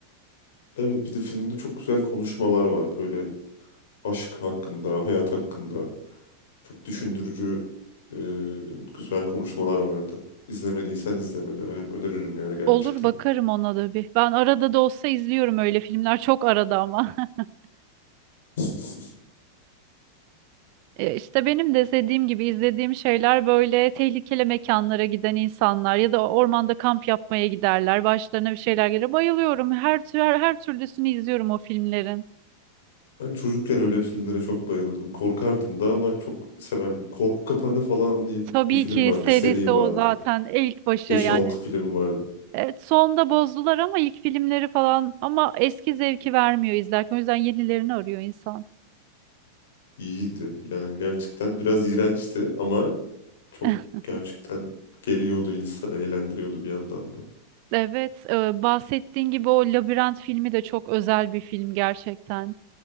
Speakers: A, on the left (about 55°); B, on the right (about 45°).
A: Evet bir de filmde çok güzel konuşmalar var. Böyle aşk hakkında, hayat hakkında. Çok düşündürücü, e, güzel konuşmalar vardı. İzlemediysen izlemeni ö- öneririm yani gerçekten.
B: Olur bakarım ona da bir. Ben arada da olsa izliyorum öyle filmler. Çok arada ama. <laughs>
A: <laughs>
B: E, İşte benim de dediğim gibi izlediğim şeyler böyle tehlikeli mekanlara giden insanlar ya da ormanda kamp yapmaya giderler. Başlarına bir şeyler gelir. Bayılıyorum. Her tür her, her türlüsünü izliyorum o filmlerin.
A: Ben çocukken öyle filmlere çok bayılırdım. Korkardım da ama çok severdim. Korku Kapanı falan diye
B: Tabii
A: bir film
B: ki
A: vardı.
B: serisi
A: Seri
B: o
A: vardı.
B: zaten ilk başı
A: Beş
B: yani
A: altı film vardı.
B: Evet, sonda bozdular ama ilk filmleri falan ama eski zevki vermiyor izlerken. O yüzden yenilerini arıyor insan.
A: İyiydi. Yani gerçekten biraz iğrençti ama çok
B: <laughs>
A: gerçekten geliyordu insanı, eğlendiriyordu bir yandan da.
B: Evet, e, bahsettiğin gibi o Labirent filmi de çok özel bir film gerçekten.